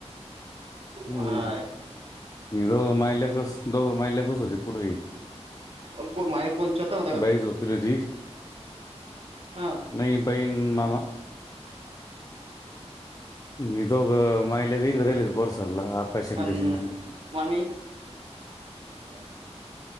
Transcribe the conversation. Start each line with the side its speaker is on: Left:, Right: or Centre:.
Left: हम्म
Right: हां
Left: मी दोघं माय लेकर माय लेकरच होते पुढे.
Right: कोण माझे कोण चेतन होता का
Left: बाई झोपेल होती.
Right: ह.
Left: नाही बाईन ममा. ये दोघ मायल ते इकड राहिले होते बोरसरला. आकाश आणि
Right: अन
Left: त्याची माय
Right: मामी. ब <unintelligible>